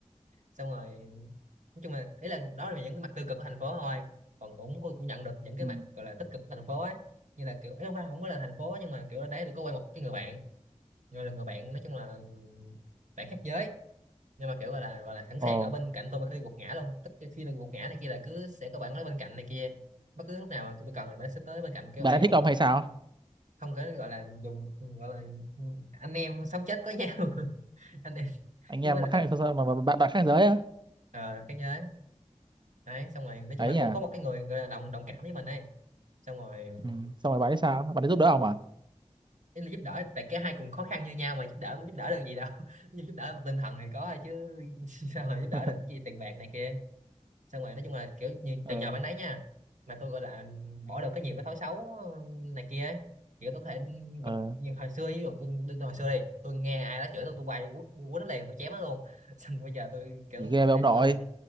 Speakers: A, on the right; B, on the right.
A: xong rồi nói chung là ý là đó là những cái mặt tiêu cực của thành phố thôi còn cũng cô cũng nhận được những cái
B: Ừ.
A: mặt gọi là tích cực của thành phố ấy như là kiểu ý không phải không có là thành phố nhưng mà kiểu đấy tôi có quen một cái người bạn người là người bạn nói chung là bạn khác giới nhưng mà kiểu gọi là gọi là sẵn
B: Ồ,
A: sàng ở bên cạnh tôi mà khi gục ngã luôn tức là khi là gục ngã này kia là cứ sẽ có bạn ở bên cạnh này kia bất cứ lúc nào mà tôi cần là nó sẽ tới bên cạnh kêu
B: bạn
A: an
B: đã thích
A: ủi
B: ông
A: tôi
B: hay
A: ủ-
B: sao?
A: không có gọi là dùng gọi là anh em sống chết có nhau <laughs> anh em
B: Anh
A: chứ
B: em
A: không phải
B: mà
A: là
B: khác
A: thích
B: mà, mà, mà bạn bạn khác giới á,
A: ờ khác giới đấy xong rồi nói chung
B: ấy
A: là
B: nhỉ?
A: cũng có một cái người gọi là đồng đồng cảm với mình ấy xong rồi
B: Ừ. Xong rồi bạn ấy sao? Bạn ấy giúp đỡ ông à?
A: ý là giúp đỡ tại cái hai cùng khó khăn như nhau mà giúp đỡ cũng giúp đỡ được gì đâu <laughs> nhưng giúp đỡ mặt tinh thần thì có thôi chứ <laughs> sao mà giúp đỡ
B: <laughs>
A: được cái gì tiền bạc này kia xong rồi nói chung là kiểu như
B: Ờ,
A: từ nhờ bạn đấy nha mà tôi gọi là bỏ được cái nhiều cái thói xấu ờ, này kia ấy kiểu tôi có thể
B: ờ,
A: mặc nhưng hồi xưa ví dụ tôi, tôi, tôi hồi xưa đi tôi nghe ai đó chửi tôi tôi quay quất quất nó liền tôi chém nó luôn <laughs> xong bây giờ tôi kiểu
B: chỉ
A: tôi
B: ghê với
A: thấy
B: ông nội.
A: gọi là